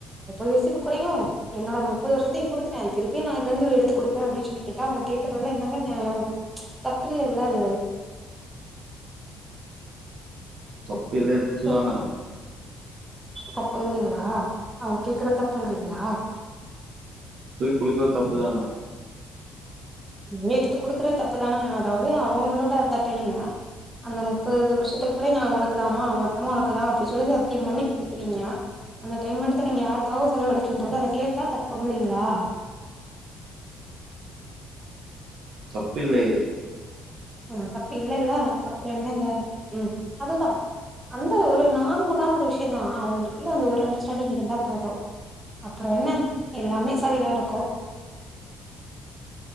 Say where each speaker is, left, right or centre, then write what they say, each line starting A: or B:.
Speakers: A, on the right (about 15°); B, on the right (about 55°).
A: எப்பது வயசுக்கு புறயு என்னட அந்த முப்பது வருஷத்தையு கொடுத்துட்டே திருப்பி நான்து வந்து எடுத்துடுப்பே அப்டின்னு சொல்லி கேட்ட அவங்கேடக்குறதுல என்னங்க நியாய தப்பலல்ல அது
B: தப்புல்லைய தப்புதானா
A: சொ தப்புங்கிறீங்களா அவங்க கேக்குறது தப்புங்கிமறீங்களா
B: போய் குடிக்கது தப்பதான
A: நீ எடுத்து குடுக்குற த அப்பதானே அதாவது அவங்களோட அந்த டைம் அந்த முப்பது வருஷத்துக்கு பிற நான் உனக்குதாமா மொத்தமா உனக்குதா அப்டின் சொல்லி சத்திய பண்ணி கொடுக்குறீங்க அந்த டைம் எடுத்து நீங்க யாருக்காகவு செல அழிச்சா அத கேட்டா தப்பு இல்லீங்களா
B: தப்புல்லேயே
A: ஆஹ தப்பு இல்லல்ல அப்புற என்னங்க இல்ல ம் அதுதா அந்த ஒரு நார்மலான ஒரு விஷய தா அவங்களுக்குளே அந்து ஒரு அண்டர்ஸ்டாண்டிங் இருந்தா போது அப்றோ என்ன எல்லாமே சரியா இருக்கு